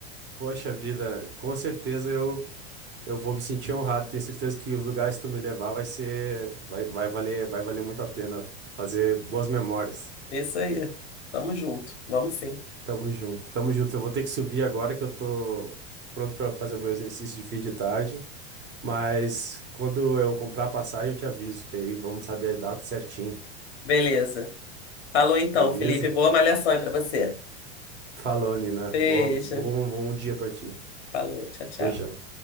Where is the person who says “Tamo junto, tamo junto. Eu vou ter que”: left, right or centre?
Right